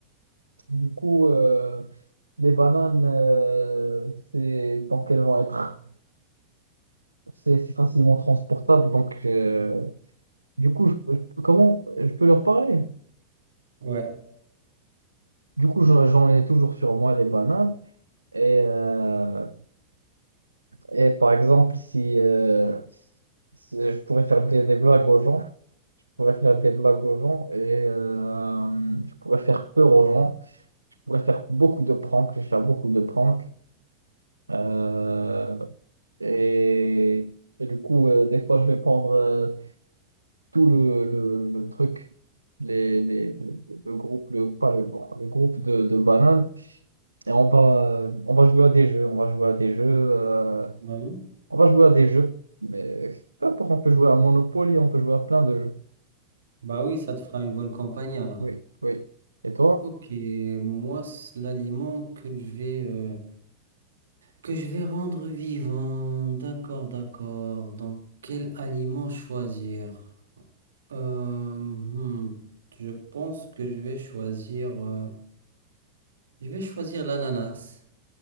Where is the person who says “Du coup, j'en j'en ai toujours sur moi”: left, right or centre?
Right